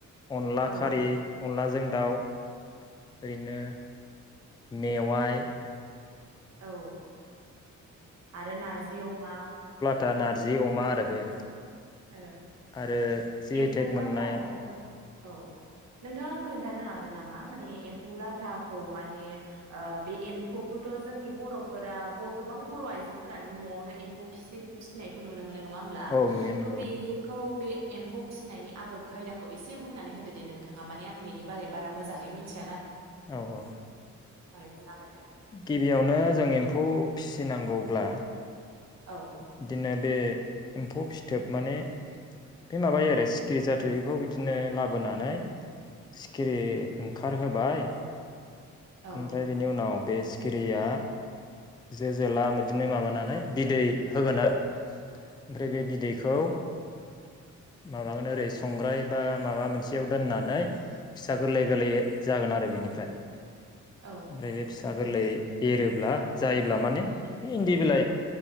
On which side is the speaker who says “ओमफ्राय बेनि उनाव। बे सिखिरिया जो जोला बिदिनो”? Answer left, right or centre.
Left